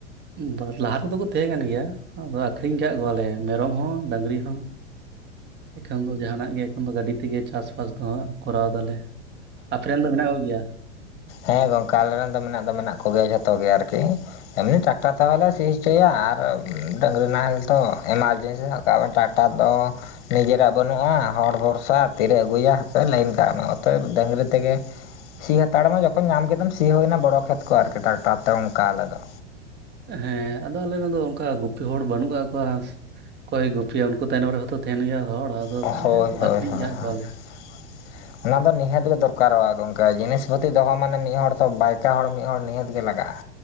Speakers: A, on the right; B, on the left.
A: ᱵᱟ ᱞᱟᱦᱟ ᱛᱮᱫᱚ ᱠᱚ ᱛᱟᱦᱮᱸ ᱠᱟᱱ ᱜᱮᱭᱟ ᱟᱫᱚ ᱟᱠᱷᱨᱤᱧ ᱟᱠᱟᱫ ᱠᱚᱣᱟᱞᱮ ᱢᱮᱨᱚᱢ ᱦᱚᱸ ᱰᱟᱹᱝᱨᱤ ᱦᱚᱸ᱾ ᱮᱠᱷᱚᱱ ᱫᱚ ᱡᱟᱦᱟᱸᱱᱟᱜ ᱜᱮ ᱮᱠᱷᱚᱱ ᱫᱚ ᱜᱟᱹᱰᱤ ᱛᱮᱜᱮ ᱪᱟᱥᱵᱟᱥ ᱫᱚ ᱠᱚᱨᱟᱣ ᱫᱟᱞᱮ᱾ ᱟᱯᱮᱨᱮᱱ ᱫᱚ ᱢᱮᱱᱟᱜ ᱠᱚᱜᱮᱭᱟ
B: ᱚ ᱦᱮᱸ ᱜᱚᱝᱠᱮ ᱟᱞᱮ ᱨᱮᱱ ᱫᱚ ᱢᱮᱱᱟᱜ ᱫᱚ ᱢᱮᱱᱟᱜ ᱠᱚᱜᱮᱭᱟ ᱡᱷᱚᱛᱚ ᱜᱮ ᱟᱨᱠᱤ᱾ ᱮᱢᱱᱤ ᱴᱨᱟᱠᱴᱟᱨ ᱛᱮᱦᱚᱸ ᱞᱮ ᱥᱤ ᱦᱚᱪᱚᱭᱟ ᱟᱨ ᱰᱟᱝᱨᱤ ᱱᱟᱦᱮᱞ ᱛᱚ ᱮᱢᱟᱨᱡᱮᱱᱥᱤ ᱠᱟᱨᱚᱱᱼᱼ ᱱᱮᱛᱟᱨ ᱫᱚ ᱱᱤᱡᱮᱨᱟᱜ ᱵᱟᱹᱱᱩᱜᱼᱟ ᱦᱚᱲ ᱵᱷᱚᱨᱥᱟ ᱛᱤᱨᱮ ᱟᱹᱜᱩᱭᱟ ᱦᱟᱯᱮ ᱞᱟᱹᱭᱤᱱ ᱠᱟᱜ ᱢᱮ᱾ ᱚᱛᱚᱭᱮᱵ ᱰᱟᱹᱝᱨᱤ ᱛᱮᱜᱮᱼᱼ ᱥᱤ ᱦᱟᱛᱟᱲ ᱢᱮ ᱡᱚᱠᱷᱚᱱ ᱧᱟᱢ ᱠᱮᱫᱟᱢ ᱥᱤ ᱦᱩᱭᱱᱟ ᱵᱚᱲᱚ ᱠᱷᱮᱛ ᱠᱚ ᱟᱨᱠᱤ ᱴᱟᱠᱴᱟᱨ ᱛᱮ ᱚᱝᱠᱟ ᱟᱞᱮ ᱫᱚ᱾
A: ᱦᱮᱸ ᱟᱫᱚ ᱟᱞᱮ ᱫᱚ ᱚᱱᱠᱟ ᱜᱩᱯᱤ ᱦᱚᱲ ᱵᱟᱹᱱᱩᱜ ᱠᱟᱜ ᱠᱚᱣᱟ᱾ ᱚᱠᱚᱭ ᱜᱩᱯᱤᱭᱟ ᱩᱱᱠᱩ ᱛᱟᱭᱱᱚᱢ ᱨᱮᱦᱚᱸ ᱛᱚ ᱛᱟᱦᱮᱸᱱ ᱦᱩᱭᱩᱜᱼᱟ ᱦᱚᱲ ᱟᱫᱚ
B: ᱦᱳᱭ
A: ᱛᱟᱦᱚᱞᱮ ᱠᱷᱟᱱ ᱫᱚ
B: ᱦᱳᱭ
A: ᱟᱠᱷᱨᱤᱧ
B: ᱦᱳᱭ
A: ᱠᱟᱫ ᱠᱚᱣᱟᱞᱮ
B: <inaudible> ᱚᱱᱟ ᱫᱚ ᱱᱤᱦᱟᱹᱛ ᱜᱮ ᱫᱚᱨᱠᱟᱨᱚᱜᱼᱟ ᱜᱚᱝᱠᱮ ᱡᱤᱱᱤᱥ ᱯᱟᱹᱛᱤ ᱫᱚᱦᱚ ᱢᱟᱱᱮ ᱢᱤᱫ ᱦᱚᱲ ᱛᱚ ᱵᱟᱭᱠᱟ ᱦᱚᱲ ᱢᱤᱫ ᱦᱚᱲ ᱱᱤᱦᱟᱹᱛ ᱜᱮ ᱞᱟᱜᱟᱜᱼᱟ᱾